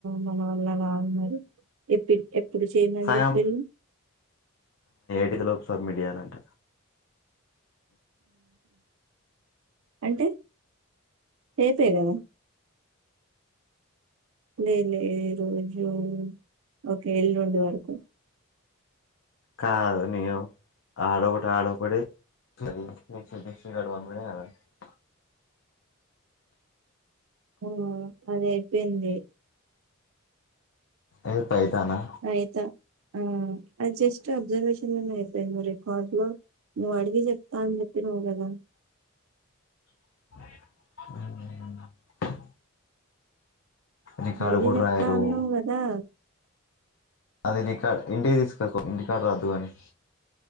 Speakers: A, on the right; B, on the left.
A: మన వల్ల కాదుమరి ఎప్పుడు ఎప్పుడు చేయందని
B: సగం
A: చెప్పారు
B: ఐదులోపు సబ్మిట్ చేయ్యాలంట
A: అంటే రేపే కదా లేదు ఈరోజూ ఓకే ఎళ్లుండి వకు
B: కాదు నేను ఆడ ఒకటి ఆడొకటి <unintelligible>
A: ఆ అది అయిపోయింది
B: ఏ పైతానా
A: అయితా ఆ అది జస్ట్ అబ్జర్వేషన్ లోనే అవుతాయి నువ్వు రికార్డు లో నువ్వు అడిగి చెప్తా అని చెప్పినవ్ కదా
B: అ రికార్డు
A: అడిగి
B: కూడా
A: చప్తా
B: రాయరు
A: అన్నావ్ గదా
B: అది రికా ఇంటికి తీసుకు పో ఇంటికాడ రాద్దు అని